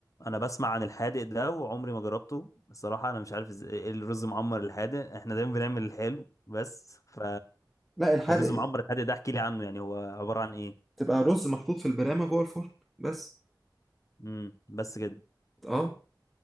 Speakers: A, on the left; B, in the centre.
A: انا بسمع عن الحادق ده وعمري ما جربته الصراحه انا مش عارف ازاي إيه الرز معمر الحادق احنا دايما بنعمل الحلو بس ف
B: لا الحادق
A: الرز معمر الحادق ده احكي لي عنه يعني هو عباره عن ايه
B: تبقى رز محطوط في البرامة جوه الفرن بس
A: امم بس كده
B: اه